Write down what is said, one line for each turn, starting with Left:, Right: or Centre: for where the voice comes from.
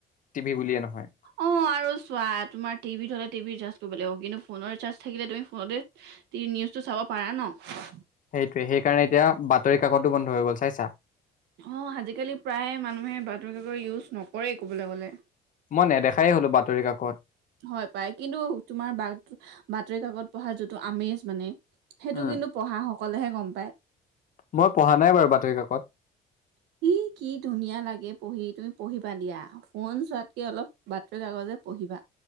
Left: টিভি বুলিয়ে নহয়
Right: অ' আৰু চোৱা, তোমাৰ টিভিত হ'লে টিভি ৰিচাৰ্জ কৰিব লাগিব, কিন্তু ফোনৰ ৰিচাৰ্জ থাকিলে তুমি ফোনতে নিউজটো চাব পাৰা ন'?
Left: সেইটোৱে, সেইকাৰণে এতিয়া বাতৰি কাকতো বন্ধ হৈ গ'ল চাইছা?
Right: অ, ' আজিকালি প্ৰায় মানুহে বাতৰি কাকৰ ইউজ নকৰেই ক'বলৈ গ'লে।
Left: মই নেদেখাই হ'লো বাতৰি কাকত
Right: হয় পাই, কিন্তু তোমাৰ বা বাতৰি কাকত পঢ়াৰ যোনটো আমেজ মানে সেইটো
Left: উম
Right: কিন্তু পঢ়া হওঁক অকলেহে গম পায়।
Left: মই পঢ়া নাই বাৰু বাতৰি কাকত।
Right: সি কি ধুনীয়া লাগে পঢ়ি তুমি পঢ়িবা দিয়া, ফোন চোৱাতকৈ অলপ বাতৰি কাগজে পঢ়িবা।